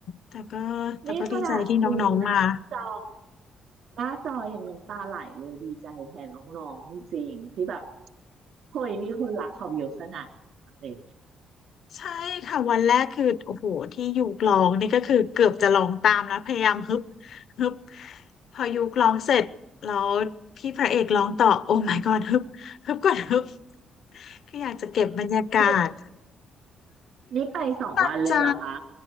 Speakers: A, on the left; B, on the right.
A: แต่ก็แต่ก็ดีใจที่น้องๆมา
B: นี่ขนาดดูหน้าจอหน้าจออย่างน้ำตาไหลเลยดีใจแทนน้องๆจริงๆที่แบบเฮ้ยมีคนรักเขาเยอะขนาดนี้อะไรอย่างเงี้ย
A: ใช่ค่ะวันแรกคือโอ้โหที่ยุกร้องนี่ก็คือเกือบจะลองตามแล้วพยายามฮึบฮึบพอยุกร้องเสร็จแล้วพี่พระเอกร้องต่อโอ้ my god ฮึบฮึบก่อนฮึบคืออยากจะเก็บบรรยากาศ
B: นี่นี่ไปสองวันเลยเหรอคะ
A: ตั้งใจ